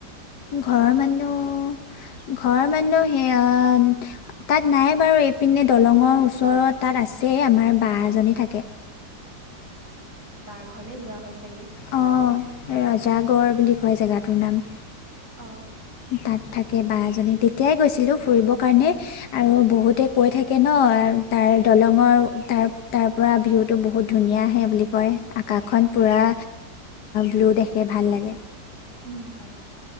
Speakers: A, on the left; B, on the right.
A: ঘৰৰ মানুহ ঘৰ মানুহ সেই তাত নাই বাৰু এইপিনে দলঙৰ ওচৰত তাত আছে। ছে আমাৰ বা এজনী থাকে।
B: <inaudible> অ তেন্তে বা ঘৰলে যোৱা হয়? চাগে
A: অ ৰজাগড় বুলি কয় জেগাটোৰ নাম।
B: অ।
A: তাত থাকে বা এজনী তেতিয়াই গৈছিলো ফুৰিব কাৰণে। আৰু বহুতে কৈ থাকে ন হয় তাৰ দলঙৰ তাৰ তাৰ পৰা ভিউটো বহুত ধুনীয়া আহে বুলি কয় আকাশখন। পুৰা ব্লু দেখে ভাল লাগে।
B: উম হয়।